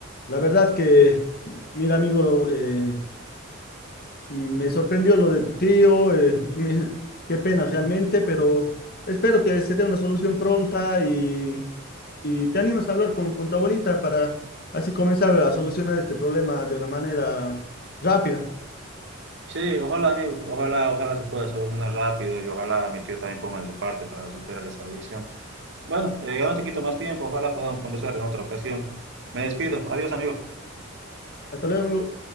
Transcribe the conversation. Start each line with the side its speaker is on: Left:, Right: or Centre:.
Left: La verdad que... Mira, amigo, eh, me sorprendió lo de tu tío, eh, <laughs> me- qué pena realmente, pero espero que se dé una solución pronta y, y te animes a hablar con, con tu abuelita para así comenzar a solucionar este problema de una manera rápida.
Right: Sí, ojalá, amigo, ojalá, ojalá se pueda solucionar rápido y ojalá mi tío también ponga de su parte para superar esa adicción. Bueno, eh, ya no te quito más tiempo, ojalá podamos conversar en otra ocasión. Me despido, adiós amigo.
Left: Hasta luego, amigo.